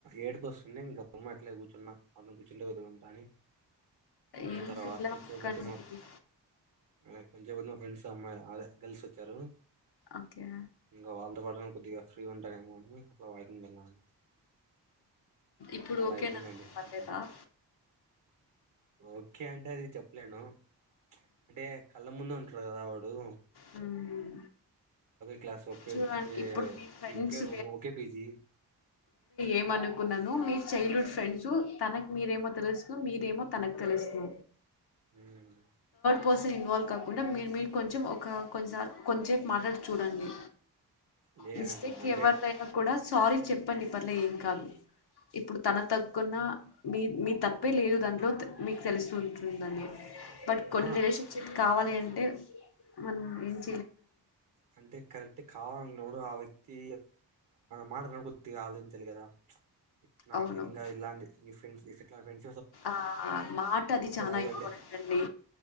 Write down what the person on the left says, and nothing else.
ఏం
ఫీల్ అవ్వకండి
ఓకే
ఇప్పుడు
ఓకేనా
పర్లేదా
హ్మ్.
చూడండి
ఇప్పుడు మీ ఫ్రెండ్స్
ఏమనుకున్నాను మీ చైల్డ్ హుడ్ ఫ్రెండ్స్ తనకు మీరేమో తెలుసు మీరేమో తనక్ తెలిసు
పర్సన్ ఇన్వాల్వ్ కాకుండా మీరు మీరు కొంచెం ఒక్ క కొన్నిసార్లు కొంచేప్ మాట్లాడ్ చూడండి
మిస్టేక్
ఎవరిదైనా కూడా సో సారీ చెప్పండి పార్లే ఏం కాదు. ఇప్పుడు తన తగ్కున్న మీ మీ తప్పే లేదు దాంట్లో త మీకు తెలూసు ఉంటుందని బట్ కొన్ని
రిలేషన్షిప్ కావాలి అన్ తే హామ్ ఎంది
అవును.
ఆ మాట అది చనా
ఇంపార్టెంట్ అండి